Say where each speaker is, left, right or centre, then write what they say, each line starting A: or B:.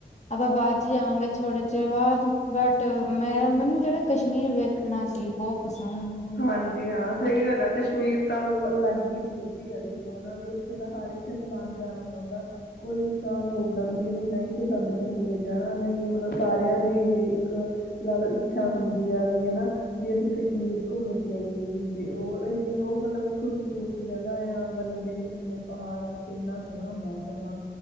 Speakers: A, on the left; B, on the left.
A: ਆਪਾਂ ਬਾਅਦ ਚ ਜਾਵਾਂਗੇ ਥੋੜੇ ਚਿਰ ਬਾਅਦ। ਬਟ ਮੈਂ
B: ਠੀਕ
A: ਮੈਨੂੰ ਜਿਹੜਾ ਕਸ਼ਮੀਰ ਵੇਖਣਾ ਸੀ ਬਹੁਤ ਪਸੰਦ।
B: ਹਾਂਜੀ ਹਾਂ ਸਹੀ ਗੱਲ ਕਸ਼ਮੀਰ ਤਾਂ ਮਤਲਬ ਅਲੱਗ ਹੀ ਬਿਊਟੀ ਦੇਖ ਲੋ ਨਾ ਵੀ ਉੱ। ਤਾਂ ਹਰ ਇੱਕ ਇਨਸਾਨ ਜਾਣਾ ਚਾਹੁੰਦਾ। ਕੋਈ ਇਨਸਾਨ ਹੋਊਗਾ ਵੀ ਜਿਹਨੂੰ ਨਹੀਂ ਪਸੰਦ ਕਸ਼ਮੀਰ ਜਾਣਾ ਨਹੀ' ਇਹ ਮਤਲਬ ਸਾਰਿਆਂ ਦੀ ਇਹ ਇੱਕ ਲਾ ਲਓ ਇੱਛਾ ਹੁੰਦੀ ਹੈ ਵੀ ਹਨਾ' ਵੀ ਅਸੀਂ ਕਸ਼ਮੀਰ। ਘੁੰਮ ਕੇ ਆਈਏ ਵੀ ਦੇਖ ਉਹ ਇੰਨੀ ਉਹ ਮਤਲਬ ਖੂਬਸੂਰਤ ਜਗਾ ਆ ਮਤਲਬ ਦੇਖਲਓ ਕਿੰਨੇ ਪਹਾੜ ਓਥੇ। ਇੰਨਾ ਸੋਹਣਾ ਮੌਸਮ ਆ'